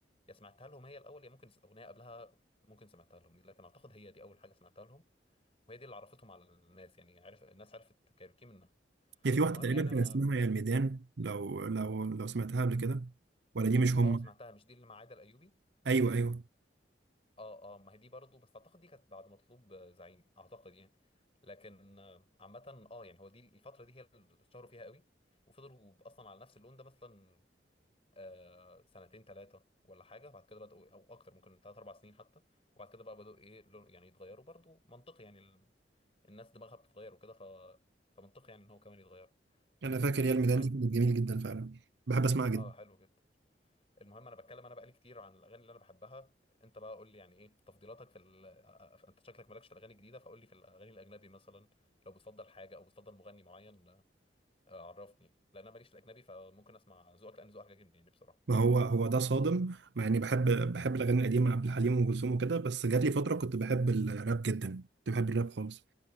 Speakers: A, on the left (about 35°); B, on the right (about 75°).
A: يا سمعتها لهم هي الاول يا ممكن س- اغنيه قبلها ممكن سمعتها لهم لكن اعتقد هي دي اول حاجه سمعتها لهم وهي دي اللي عرفتهم على الناس يعني عرف الناس عرفت كايروكي منها
B: هي في واحده
A: المهم
B: تقريبا
A: يعني
B: كان
A: انا
B: اسمها يا الميدان لو لو لو سمعتها قبل كده ولا دي مش هم
A: اه سمعتها مش دي اللي مع عايده الايوبي
B: ايوه ايوه
A: اه اه ما هي دي برضه بس اعتقد دي كانت بعد مطلوب آه، زعيم اعتقد يعني لكن آه، عامه اه يعني هو دي الفتره دي هي اللي اتشهروا فيها قوي وفضلوا اصلا على نفس اللون ده مثلا آه، سنتين ثلاثة ولا حاجة بعد كده بدأوا أو أكتر ممكن ثلاث أربع سنين حتى وبعد كده بقى بدأوا إيه لون- يعني يتغيروا برضو منطقي يعني ال... الناس دماغها بتتغير وكده ف... فمنطقي يعني إن هو كمان يتغير
B: انا فاكر يا الميدان
A: المهم
B: دي كانت جميل جدا فعلا بحب اسمعها جدا
A: أه حلو جدا المهم أنا بتكلم أنا بقالي كتير عن الأغاني اللي أنا بحبها أنت بقى قول لي يعني إيه تفضيلاتك في ال... آه، آه، أنت شكلك مالكش في الأغاني الجديدة فقول لي في الأغاني الأجنبي مثلا لو بتفضل حاجة أو بتفضل مغني معين آه، عرفني لأن أنا ماليش في الأجنبي فممكن أسمع ذوقك لأن ذوقك عاجبني يعني بصراحة
B: ما هو هو ده صادم مع اني بحب بحب الاغاني القديمه عبد الحليم وام كلثوم وكده بس جات لي فتره كنت بحب الراب جدا كنت بحب الراب خالص